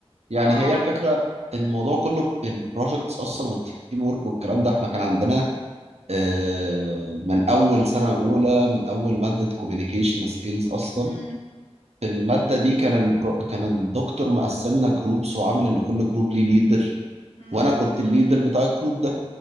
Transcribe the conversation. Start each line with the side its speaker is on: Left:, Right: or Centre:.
Right: يعني
Left: <laughs> اه
Right: هي الفكرة الموضوع كله البروجكتس أصلا والتيم ورك والكلام ده إحنا كان عندنا آه، من أول سنة أولى من أول مادة كوميونيكيشن سكيلز أصلا
Left: امم
Right: في المادة دي كان البرو... كان الدكتور مقسمنا جروبس وعامل إن كل جروب ليه ليدر
Left: امم
Right: وأنا كنت الليدر بتاع الجروب ده